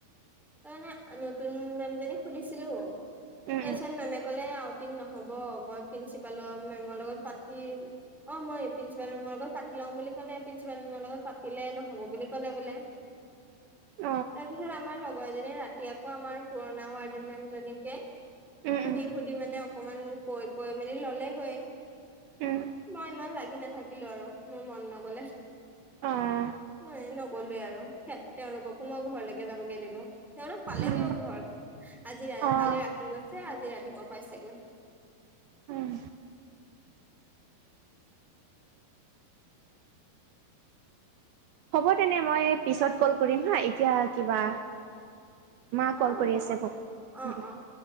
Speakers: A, in the centre; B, on the right.
A: তাৰ মানে নতুন মেমজনী সুধিছিলো,
B: উম,
A: তাৰপিছত
B: উম,
A: মেমে ক'লে নহ'ব মই প্ৰিন্ঞ্চিপালৰ মেমৰ লগত পাতি অ', মই প্ৰিন্ঞ্চিপাল মেমৰ লগত পাতি লম বুলি কলে পিন্সিপাল মেমৰ লগত পাতিলে নহ'ব বুলি ক'লে বোলে
B: <inaudible>
A: তাৰপিছত আমাৰ লগৰজনী ৰাতি আকৌ আমাৰ পুৰণা ৱাৰ্ডেন মেম জনীকে
B: উম,
A: সুধি
B: উম,
A: সুধি মানে অকমান কৈ কৈ মেলি ললেগৈ।
B: উম
A: মই ইমান লাগি নাথাকিলো আৰু মোৰ মন নগ'লে।
B: অ',
A: মই নগ'লোয়ে আৰু তেওঁলোককো মই ঘৰলৈকে যাবগে দিলো। সিহঁত পালেগেওঁ
B: উম,
A: ঘৰ, আজি
B: অ',
A: কালি ৰাতি গৈছে। যে আজি ৰাতিপুৱা পাইছেগৈ
B: উম, হ'ব তেনে মই পিছত কল কৰিম হা এতিয়া কিবা মা
A: অ
B: কল
A: হ'ব
B: কৰি আছে ভাল
A: অ অ